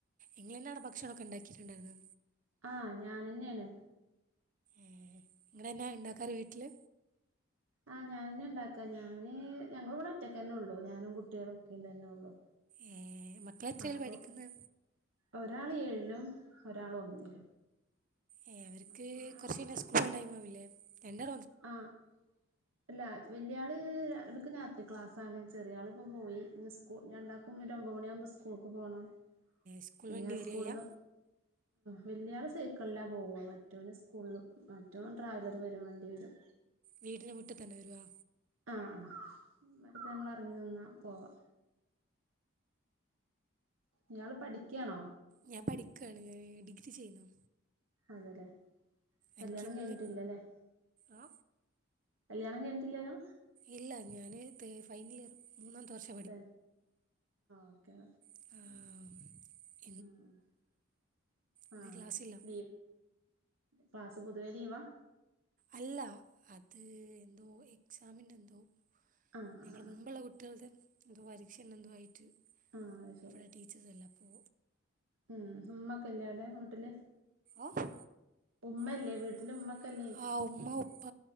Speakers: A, on the right; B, on the right.
A: ഇങ്ങളെന്നാട ഭക്ഷണം ഒക്കെ ഇണ്ടാക്കിട്ടുണ്ടായിരുന്നെ
B: ആഹ് ഞാനന്നെയാണ്
A: ഏഹ് ഇങ്ങളന്നാ ഇണ്ടാക്കാറ് വീട്ടില്?
B: ആഹ് ഞനന്നെ ഉണ്ടാക്കാ ഞാന് ഞങ്ങളിവിടെ ഒറ്റക്കെന്നെള്ളൂ ഞാനും കുട്ടികളു ഉപ്പേം തന്നെ ഉള്ളു
A: ഏഹ് മക്കളെത്രേല്
B: അപ്പൊ
A: പഠിക്കുന്ന്?
B: ഒരാള് ഏഴിലും ഒരാള് ഒന്നിലും
A: ഏഹ് അവർക്ക്
B: അപ്പൊ ഞാന്
A: കൊറച്ചയ്ഞ്ഞാ സ്കൂൾ പോവാൻ ടൈം ആവില്ലേ എന്റെ
B: ആഹ് അല്ല വല്യാള് എടുക് രാത്രി ക്ലാസ് ആണ് ചെറിയ ആളിപ്പൊ പോയി ഇന്ന് സ്‌കൂ രണ്ടാക്കും ഒരു ഒമ്പമണിയാവുമ്പൊ സ്കൂൾക്ക് പോണം
A: സ്കൂൾ
B: പിന്നെ
A: വണ്ടി വരികയാ
B: സ്കൂള്ന്ന് വല്യാള് സൈക്കളിലാ പോവ മറ്റോന് സ്കൂളും മറ്റോൻ ട്രാവലറ് വെരും വണ്ടിവരും.
A: വീട്ടിന് മുറ്റതന്നെ വരുവോ
B: ആഹ് ആഹ് അത്പ്പൊ നമ്മള് എറങ്ങി നിന്നാ പോവാ ഇയാള് പഠിക്ക്യാണോ
A: ഞാൻ പഠിക്കാണ് ഡിഗ്രിചെയ്യുന്നു
B: അതെലെ കല്യാണം
A: എനിക്ക് ഇന്ന്
B: കഴിഞ്ഞിട്ടില്ലലെ
A: ആ
B: കല്യാണം കഴിഞ്ഞിട്ടില്ലലൊ
A: ഇല്ല ഞാന് തേ ഫൈനലിയർ മൂന്നാമത്തെ വർഷം
B: ആഹ് ഓക്കെ ഓക്കെ
A: ആഹ്
B: ആഹ് ആഹ്
A: ഇന്ന്
B: ആഹ്
A: ക്ലാസ്സില്ല
B: ലീവ് ക്ലാസ് പൊതുവേ ലീവാ
A: അല്ല അത് എന്തോ എക്സാമിൻ്റെ എന്തോ
B: ആഹ്
A: ഞങ്ങള്
B: ആഹ്
A: മുമ്പുള്ള കുട്ട്യോൾടെ എന്തോ പരീക്ഷന്നെ എന്തോ ആയിട്ട്
B: ആഹ് അത്
A: അവിടെ ടീ ച്ചേഴ്സ് എല്ലാം അപ്പോ
B: ആഹ് ഹുമ്മക്കെല്ല്യ വീട്ടില്
A: ആഹ്
B: ഉമ്മല്ലേ
A: ഉമ്മല്ല്യ വീട്ടില്
B: ഉമ്മക്കല്ലേക്കും
A: ആഹ് ഉമ്മാ ഉപ്പ